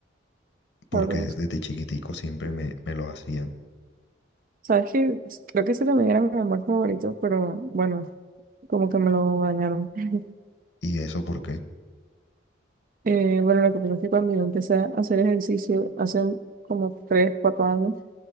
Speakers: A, on the left; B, on the right.
A: porque
B: Sabroso.
A: desde chiquitico siempre me, me lo hacían.
B: ¿Sabes qué? Creo que ese también era mi amor favorito, pero bueno, como que me lo dañaron. <laughs>
A: ¿Y eso por qué?
B: Eh, bueno, lo que pasa es que cuando yo empecé a hacer ejercicio hace como 3 4 años,